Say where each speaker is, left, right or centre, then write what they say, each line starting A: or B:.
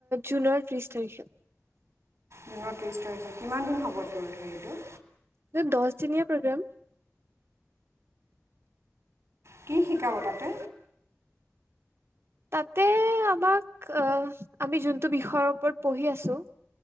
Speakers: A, on the right (about 60°); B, on the right (about 80°).
A: জুনৰ ত্ৰিছ তাৰিখে।
B: জুনৰ ত্ৰিছ তাৰিখে, কিমান দিন হ'ব তোৰ হেৰিটো?
A: দহ দিনীয়া প্ৰগ্ৰাম।
B: কি শিকাব তাতে?
A: তাতে আমাক আমি যোনটো বিষয়ৰ ওপৰত পঢ়ি আছো